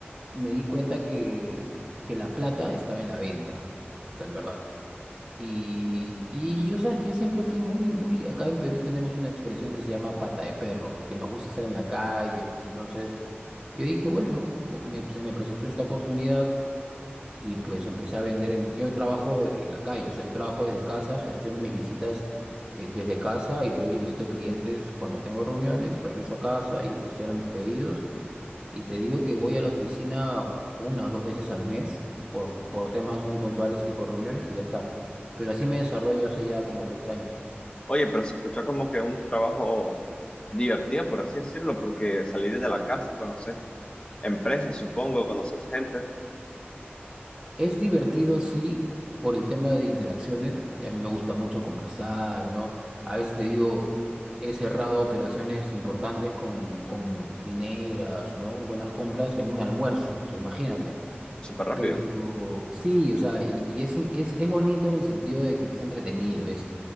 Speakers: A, on the right; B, on the left.
A: me di cuenta que, que la plata estaba en la venta, o sea, en verdad. Y, y yo sabes que yo siempre fui muy, muy, acá en Perú tenemos una expresión que se llama pata de perro, que nos gusta estar en la calle, ¿no? Entonces yo dije, bueno, bo- me- se me presentó esta oportunidad, y pues empecé a vender en... Yo trabajo en la calle, o sea, yo trabajo desde casa, gestiono mis visitas eh, desde casa y voy y visito clientes cuando tengo reuniones, regreso a casa y gestiono mis pedidos. Y te digo que voy a la oficina una o dos veces al mes por, por temas muy puntuales tipo reuniones y ya está. Pero así me desarrollo hace ya como seis años.
B: oye, pero se escuchó como que un trabajo divertido, por así decirlo, porque salir de la casa, conoces empresas, supongo, conoces gente
A: Es divertido, sí, por el tema de interacciones. A mí me gusta mucho conversar, ¿no? A veces te digo, he cerrado operaciones importantes con, con mineras, ¿no? Buenas compras en un almuerzo, o sea, imagínate.
B: súper rápido.
A: Pero sí, o sea, y, y es, es, es bonito en el sentido de que es entretenido, es,